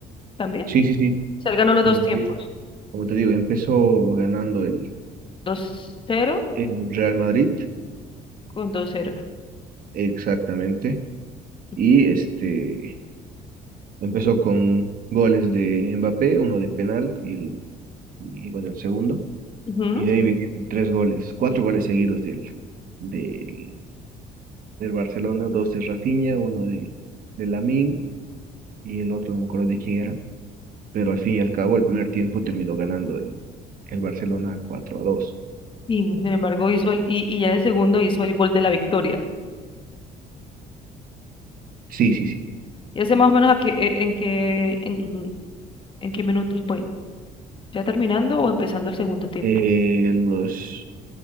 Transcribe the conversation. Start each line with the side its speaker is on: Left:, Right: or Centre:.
Left: también.
Right: Sí, sí, sí.
Left: O sea, él ganó los
Right: Como
Left: dos
Right: te
Left: tiempos,
Right: digo, como te digo, empezó ganando el,
Left: dos cero
Right: el Real Madrid,
Left: con dos cero.
Right: exactamente,
Left: Ujú.
Right: y este empezó con goles de Mbappé, uno de penal y, el- y, bueno, el segundo,
Left: Ujú.
Right: y de ahí vinieron tres goles, cuatro goles seguidos del, del, del Barcelona, dos de Rafinha, uno de, de Lamine y el otro no me acuerdo de quién era, pero al fin y al cabo el primer tiempo terminó ganando el, el Barcelona cuatro a dos
Left: Y sin embargo hizo el, y, y ya en el segundo hizo el gol de la victoria.
Right: Sí, sí, sí.
Left: ¿Y ese más o menos a qué, eh, en qué, en, en qué minutos fue? ¿Ya terminando o empezando el segundo tiempo?
Right: Eh, los